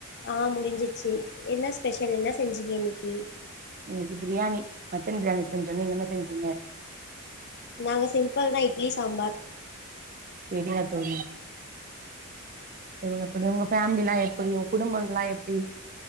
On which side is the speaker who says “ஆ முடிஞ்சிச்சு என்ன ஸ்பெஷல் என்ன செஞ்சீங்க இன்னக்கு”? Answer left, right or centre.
Left